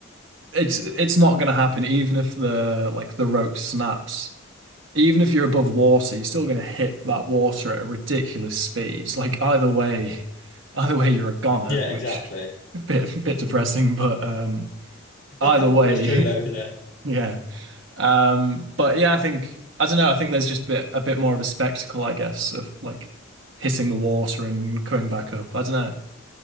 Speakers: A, on the right; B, on the left.
A: it's it's not gonna happen even if the like the rope snaps. even if you're above water, you're still going to hit that Mm. water at a ridiculous speed. It's Like either way, either way, you're a goner,
B: Yeah,
A: which
B: exactly.
A: a bit bit depressing, but um,
B: <laughs>
A: either way,
B: It's true though, isn't it?
A: <laughs> yeah. Um, but yeah, I think I don't know. I think there's just bit a bit more of a spectacle, I guess, of like hitting the water and coming back up. I don't know.